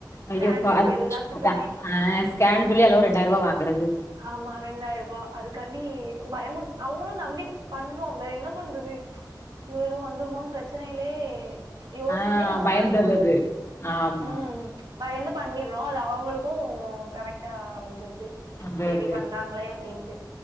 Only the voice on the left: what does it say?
அய்யோப்பா
ஐ
அதா ஆ ஸ்கேன்னு சொல்லி அதுல ஒரு ரெண்டாயிரரூவா வாங்கறது
ஆ
பயந்துறது
ஆமா
அந்த
இது